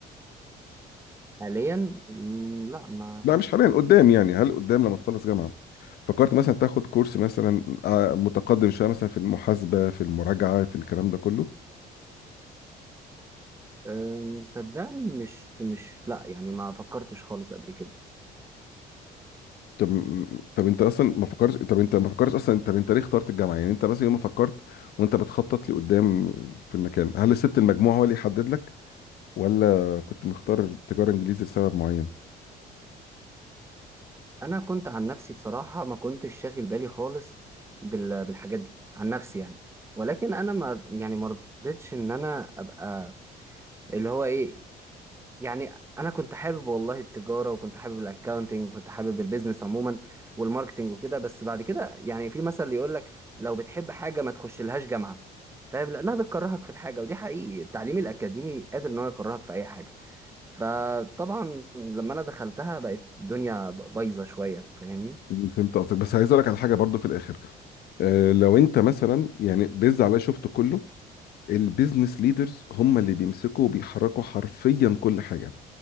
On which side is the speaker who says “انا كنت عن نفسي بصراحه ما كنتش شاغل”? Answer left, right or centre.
Right